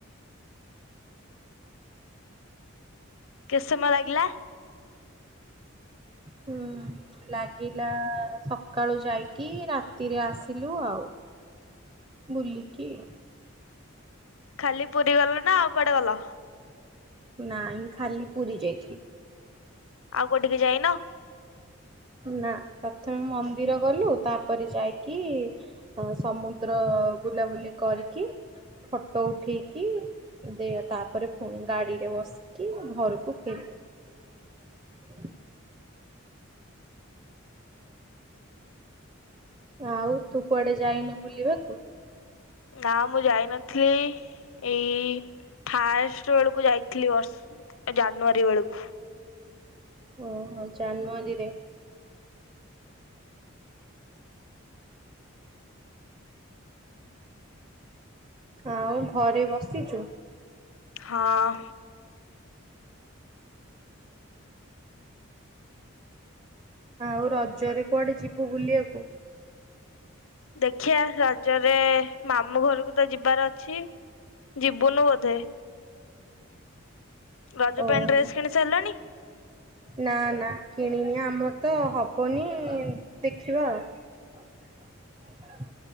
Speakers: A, on the left (about 75°); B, on the right (about 25°).
A: କେତେ ସମୟ ଲାଗିଲା?
B: ହୁଁ ଲାଗିଲା ସକାଳୁ ଯାଇକି ରାତିରେ ଆସିଲୁ ଆଉ ବୁଲିକି।
A: ଖାଲି ପୁରୀ ଗଲ ନାଁ ଆଉ କୁଆଡ଼େ ଗଲ?
B: ନାଇଁ ଖାଲି ପୁରୀ ଯାଇଥିଲୁ।
A: ଆଉ କୋଉଠିକି ଯାଇନ?
B: ନାଁ ପ୍ରଥମେ ମନ୍ଦିର ଗଲୁ ତାପରେ ଯାଇକି ଅ ସମୁଦ୍ର ବୁଲାବୁଲି କରିକି ଫଟ ଉଠେଇକି ଦେ ତାପରେ ପୁଣି ଗାଡ଼ିରେ ବସିକି ଘରୁକୁ ଫେରିଲୁ। ଆଉ ତୁ କୁଆଡ଼େ ଯାଇନୁ ବୁଲିବାକୁୁ?
A: ନାଁ ମୁଁ ଯାଇନଥିଲି ଏଇ ଫାଷ୍ଟ ଅଳୁକୁ ଯାଇଥିଲି ବର୍ଷ ଜାନୁଆରୀ ବେଳୁକୁ।
B: ଓହୋ ଜାନୁୟାରୀରେ। ଆଉ ଘରେ ବସିଚୁ?
A: ହଁ।
B: ଆଉ ରଜରେ କୁଆଡ଼େ ଯିବୁ ବୁଲିଆକୁ?
A: ଦେଖିଆ ର ଜରେ ମାମୁଁ ଘରୁକୁ ତ ଯିବାର ଅଛି। ଯିବୁନୁ ବୋଧେ। ରଜ
B: ଓହୋ
A: ପାଇଁ ଡ୍ରେସ୍ କିଣି ସାରିଲଣି?
B: ନାଁ ନାଁ କିଣିନି ଆମର ତ ହବନି ଦେଖିବା ଆଉ।